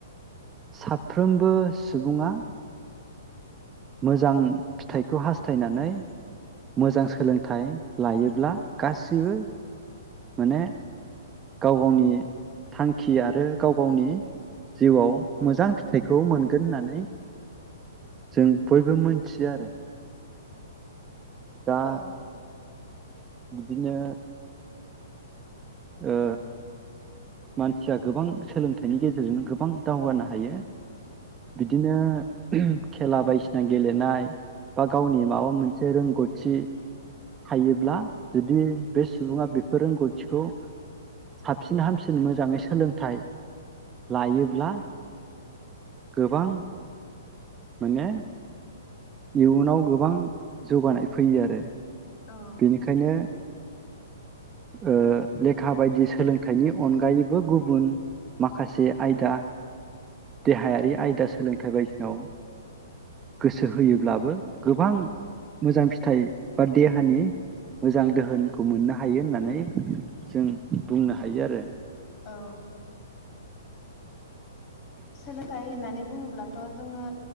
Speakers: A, on the right (about 20°); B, on the left (about 40°).
A: सा फ्रोमबो सुबुङा मोजां फिथाइखौ हास्थायनानै मोजां सोलोंथाइ लायोब्ला गासिबो माने गाव गावनि थां खि आरो गाव गावनि जिउआव मोजां फिथाइखौ मोनगोन होननानै जों बयबो मोनथियो आरो दा
B: औ
A: बिदिनो ओ मानसिया गोबां सोलोंथाइनि गेजेरजोंनो गोबां दावगानो हायो। बिदिनो खेला बायदिसिना गेले नाय बा गावनि माबा मोनसे रोंगौथि थायोब्ला जुदि बे सुबुङा बेफोर रोंगौथिखौ साबसिन हामसिन मोजाङै सोलोंथाइ लायोब्ला गोबां माने इयुनाव गोबां जौगानाय फैयो आरो
B: औ
A: बेनिखायनो ओ लेखा बायदि सोलोंथाइनि अनगायैबो गुबुन माखासे आयदा देहायारि आयदा सोलोंथाइ बायदियाव गोसो होयोब्लाबो गोबां मोजां फिथाइ बा दे हानि मोजां दोहोनखौ मोननो हायो होननानै जों बुंनो हायो आरो
B: औ सोलोंथाइ होननानै बुङोब्लाथ' जोङो